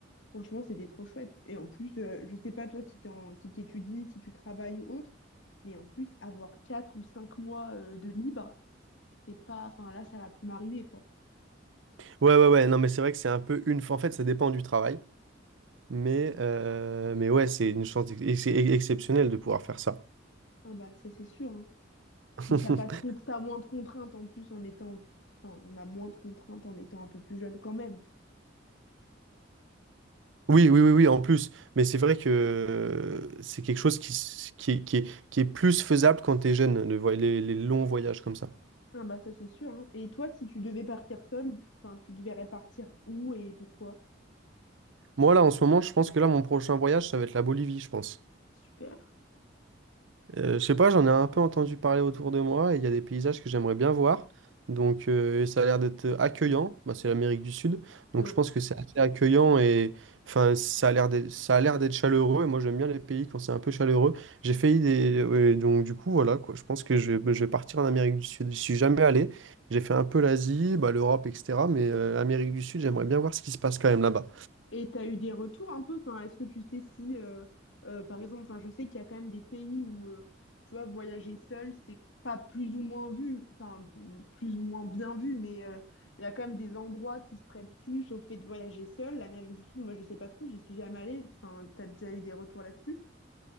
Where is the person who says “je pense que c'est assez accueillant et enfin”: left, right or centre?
Right